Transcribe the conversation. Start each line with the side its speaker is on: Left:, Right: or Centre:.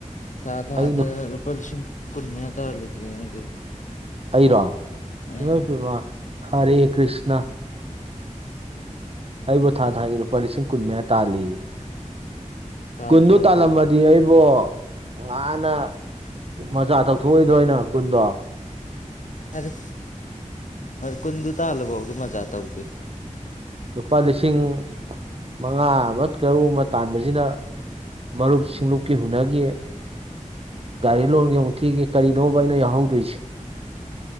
Left: ꯊꯥ ꯊꯥꯗ
Right: ꯑꯩ ꯅꯨꯞ
Left: ꯂꯨꯄꯥ ꯂꯤꯁꯤꯡ ꯀꯨꯟ ꯃꯌꯥ ꯇꯥꯜꯂꯤꯗꯨꯗꯤ
Right: ꯑꯩꯔꯣ
Left: ꯎꯝ
Right: ꯏꯃ ꯄꯦꯝꯃꯥ ꯍꯔꯦ ꯀ꯭ꯔꯤꯁꯅ ꯑꯩꯕꯨ ꯊꯥ ꯊꯥꯒꯤ ꯂꯨꯄꯥ ꯂꯤꯁꯤꯡ ꯀꯨꯟ ꯃꯌꯥ ꯇꯥꯜꯂꯦꯌꯦ
Left: ꯇꯥꯟꯗ꯭ꯔꯥ
Right: ꯀꯨꯟꯗꯨ
Left: ꯍꯥꯏꯁꯤꯕꯣ
Right: ꯇꯥꯜꯂꯝꯃꯗꯤ ꯑꯩꯕꯨ ꯅꯍꯥꯟꯅ ꯃꯆꯥ ꯇꯧꯊꯣꯛꯑꯣꯏꯗ꯭ꯔꯣ ꯀꯨꯟꯗꯣ
Left: ꯌꯥꯔꯦ ꯀꯨꯟꯗꯨ ꯇꯥꯜꯂ ꯐꯥꯎꯗ ꯃꯖꯥ ꯇꯧꯗꯦ
Right: ꯂꯨꯄꯥ ꯂꯤꯁꯤꯡ ꯃꯉꯥ ꯑꯃ ꯇꯔꯨꯛ ꯑꯃ ꯇꯥꯟꯕꯁꯤꯗ ꯃꯔꯨꯞ ꯁꯤꯡꯂꯨꯞꯀꯤ ꯍꯨꯟꯅꯈꯤ ꯒꯥꯔꯤ ꯂꯣꯟꯒꯤ ꯑꯃꯨꯛ ꯊꯤꯒꯤ ꯀꯔꯤꯅꯣꯕ ꯑꯩꯅ ꯌꯥꯎꯍꯧꯗꯣꯏꯁꯦ